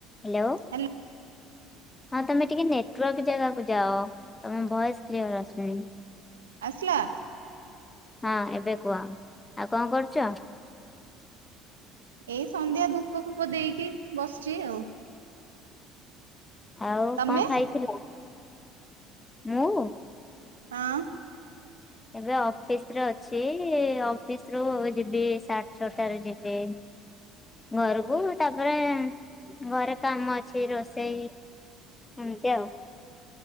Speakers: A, on the left; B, on the right.
A: Hello
B: hello
A: ହଁ ତମେ ଟିକେ ନେଟୱାର୍କ ଜାଗାକୁ ଯାଅ ତମ ଭଏସ କ୍ଲିୟର ଆସୁନି।
B: ଆସିଲା।
A: ହଁ ଏବେ କୁହ ଆଉ କଣ କରୁଚ?
B: ଏଇ ସନ୍ଧ୍ୟା ଧୂପ ଫୂପ ଦେଇକି ବସିଚି ଆଉ
A: ଆଉ
B: ତମେ
A: କଣ ଖାଇଥିଲ ମୁଁ?
B: ହଁ।
A: ଏବେ ଅଫିସରେ ଅଛି ଅଫିସରୁ ଯିବି ସାଡେ ଛଅଟାରେ ଯିବି। ଘରକୁ ତାପରେ ଘରେ କାମ ଅଛି ରୋଷେଇ ଏମିତି ଆଉ